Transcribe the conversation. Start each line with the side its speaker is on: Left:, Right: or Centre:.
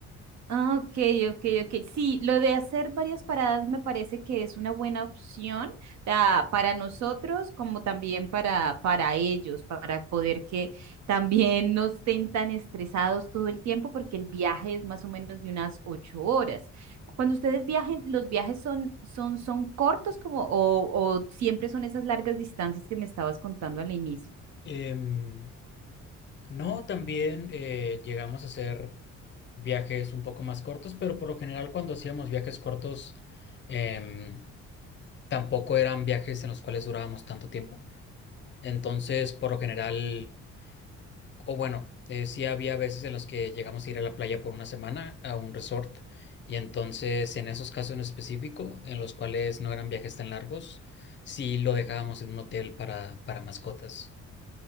Right: Ah, ok, ok, ok. Sí, lo de hacer varias paradas me parece que es una buena opción, o sea, para nosotros como también para, para ellos, para poder que también no estén tan estresados todo el tiempo, porque el viaje es más o menos de unas ocho horas. Cuando ustedes viajen, ¿los viajes son, son, son cortos como, o, o siempre son esas largas distancias que me estabas contando al inicio?
Left: Em, no, también eh, llegamos a hacer viajes un poco más cortos, pero por lo general cuando hacíamos viajes cortos, em, tampoco eran viajes en los cuales durábamos tanto tiempo. Entonces, por lo general... O bueno, eh, sí había veces en los que llegamos a ir a la playa por una semana a un resort y entonces en esos casos en específico, en los cuales no eran viajes tan largos, sí lo dejábamos en un hotel para, para mascotas.